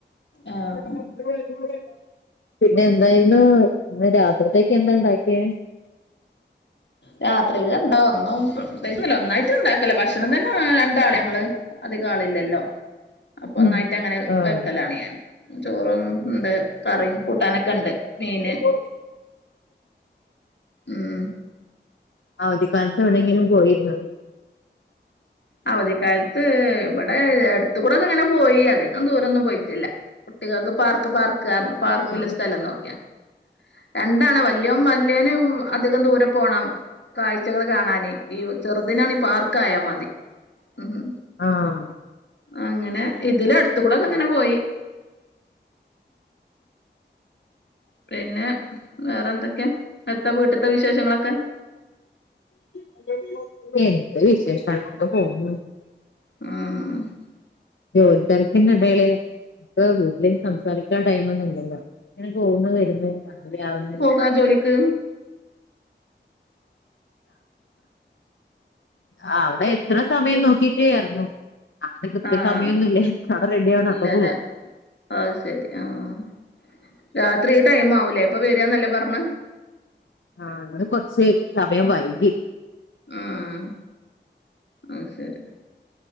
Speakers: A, on the left; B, on the left.
A: ആഹ്
B: <unintelligible> പിന്നെ എന്തായിരുന്നു ഇന്ന് രാത്രിത്തേക്ക് എന്താ ഉണ്ടാക്കിയേ
A: രാത്രിക്ക് എന്താ ഒന്നും ഒന്നായിട്ടു ഇണ്ടാക്കല ഭക്ഷണം തന്നെ രണ്ടാൾ ഞങ്ങൾ അതികം ആൾ ഇല്ലല്ലോ അപ്പൊ ഒന്നായിട്ട്
B: ഉം
A: അങ്ങനെ
B: ആഹ്
A: വെക്കലാണ് ഞാൻ ചോറും ഉണ്ട് കറിയും കൂട്ടാനൊക്കെ ഇണ്ട് മീന്
B: <unintelligible>
A: ഉം
B: ആ അവധിക്കാലത്ത് എവിടെങ്കിലും പോയിരുന്നോ
A: അവധിക്കാലത്ത് ഇവിടെ അടുത്ത കൂടൊക്കെ ഇങ്ങനെ പോയി അധികം ദൂരൊന്നും പോയിട്ടല്ല കുട്ടികൾക്ക് പാർക്ക് പാർക്ക്‌ പാർക്കിലെ
B: ആഹ്
A: സ്ഥലം നോക്കിയ രണ്ടാണ് വല്യം വല്യോന അധികം ദൂരെ പോണം കാഴ്ചകൾ കാണാന് ഈ ചെറുതിനാണ് പാർക്ക ആയാ മതി ഉം
B: ആഹ് ആഹ്
A: അങ്ങനെ ഇതിലെ അട്ത്തുകൂടെക്കെങ്ങനെ പോയി പിന്നെ വേറെ എന്തൊക്കെയാഎത്താ വീട്ട്ത്തെ വിശേഷങ്ങളൊക്കെ
B: <inaudible> എന്ത് വിശേഷാണ് ഇപ്പ പോകുന്ന്
A: ഉം
B: ജോലി തെരക്കിന്റെഡെല് ഗ്രൂപ്പിൽ സംസാരിക്ക ടൈമൊന്നും ഇല്ലല്ലോ ഇങ്ങനെ പോകുന്ന് വരുന്നു രാവിലെ ആവന്ന്
A: എപ്പാ ജോലിക്ക്
B: ആ അവിടെ എത്ര സമയം നോക്കിട്ടേഎറങ്ങും കൃത്യ
A: ആഹ്
B: സമയൊന്നൂല്ലേ അവിടെ റെഡി ആണ്
A: ഇല്ലല്ലേ
B: അപ്പ പോകു
A: അത് ശെരി ആഹ് രാത്രി ഈ ടൈം ആവൂലേ അപ്പൊ വരാന്നല്ലേ പറഞ്ഞെ
B: ആഹ് അങ്ങനെ കൊറച്ചേ സമയം വൈകി
A: ആഹ് ആഹ് ശെരി